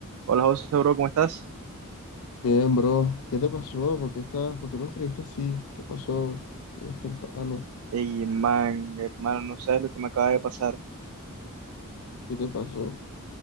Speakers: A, on the right; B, on the left.
A: Hola José, bro, ¿cómo estás?
B: Bien, bro, ¿qué te pasó? ¿Por qué estás? ¿Por qué me escribiste así? ¿Qué pasó? Es temprano.
A: Ey, man, hermano, no sabes lo que me acaba de pasar.
B: ¿Qué te pasó?